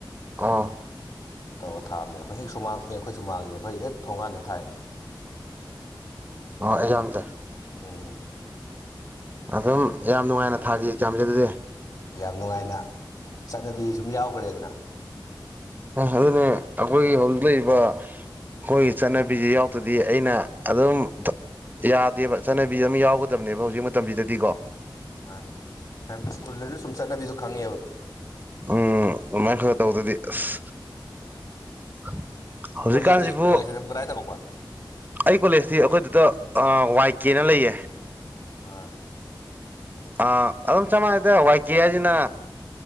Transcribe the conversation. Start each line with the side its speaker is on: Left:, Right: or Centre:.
Right: ꯑꯥ
Left: ꯑꯗꯨ ꯇꯧꯔ ꯊꯥꯕꯅꯦ ꯑꯩꯈꯣꯏ ꯍꯦꯛ ꯁꯨꯃꯥꯡ ꯑꯦ ꯑꯩꯈꯣꯏ ꯁꯨꯃꯥꯡꯉꯦ ꯑꯩꯈꯣꯏ ꯍꯦꯛ ꯊꯣꯡꯉꯥꯟꯅ ꯊꯥꯏ
Right: ꯑꯣ ꯑꯩꯖꯝꯁꯦ
Left: ꯎꯝ
Right: ꯑꯗꯨꯝ ꯌꯥꯝ ꯅꯨꯡꯉꯥꯏꯅ ꯊꯥꯈꯤ ꯑꯦꯛꯖꯥꯝꯁꯦ ꯑꯗꯨꯗꯤ
Left: ꯌꯥꯝ ꯅꯨꯡꯉꯥꯏꯅ ꯆꯠꯅꯕꯤ ꯁꯨꯝ ꯌꯥꯎꯈ꯭ꯔꯦꯗꯅ
Right: ꯑ ꯑꯗꯨꯅꯦ ꯑꯈꯣꯏꯒꯤ ꯍꯧꯖꯤꯛ ꯂꯩꯔꯤꯕ ꯈꯣꯏꯒꯤ ꯆꯠꯅꯕꯤꯖꯤ ꯌꯥꯎꯗ꯭ꯔꯗꯤ ꯑꯩꯅ ꯑꯗꯨꯝ ꯌꯥꯗꯦꯕ ꯆꯠꯅꯕꯤ ꯑꯃ ꯌꯥꯎꯒꯗꯕꯅꯦꯕ ꯍꯧꯖꯤꯛ ꯃꯇꯝꯁꯤꯗꯗꯤꯀꯣ
Left: ꯃꯥꯅꯦ ꯁ꯭ꯀꯨꯜꯅꯗꯤ ꯁꯨꯝ ꯆꯠꯅꯕꯤꯗ ꯈꯪꯉꯦꯕ
Right: ꯎꯝ ꯑꯗꯨꯃꯥꯏꯅ ꯈꯔ ꯇꯧꯗꯗꯤ ꯑꯁ <unintelligible> ꯍꯧꯖꯤꯛꯀꯥꯟꯁꯤꯕꯨ
Left: ꯀꯣꯂꯦꯖꯇꯤ ꯀꯣꯂꯦꯖꯇ ꯀꯗꯥꯏ ꯇꯝꯃꯛꯄ
Right: ꯑꯩ ꯀꯣꯂꯦꯖꯇꯤ ꯑꯩꯈꯣꯏꯗꯨꯗ ꯋꯥꯏ ꯀꯦꯅ ꯂꯩꯌꯦ
Left: ꯑꯥ
Right: ꯑꯥ ꯑꯗꯨꯝ ꯆꯞ ꯃꯥꯟꯅꯩꯗꯦ ꯋꯥꯏ ꯀꯦ ꯍꯥꯏꯁꯤꯅ